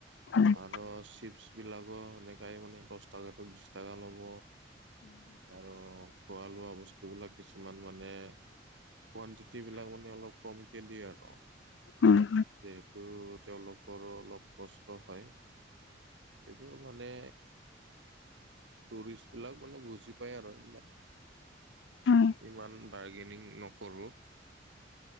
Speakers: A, on the left (about 75°); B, on the right (about 80°).
A: হয়
B: আৰু চিপছ বিলাকো এনেকাই মানে দহ টকাটো বিশ টকা ল'ব। আৰু খোৱা লোৱা বস্তুবিলাক কিছুমান মানে কোৱানটিট বিলাক মানে অলপ কমকে দিয়ে আৰু৷
A: উম,
B: যিহেতু তেওঁলোকৰো অলপ কষ্ট হয়। এইবোৰ মানে টুৰিষ্ট বিলাক মানে বুজি পায় আৰু এইবিলাক।
A: হয় হয়
B: ইমান বাৰ্গেনিং নকৰোঁ।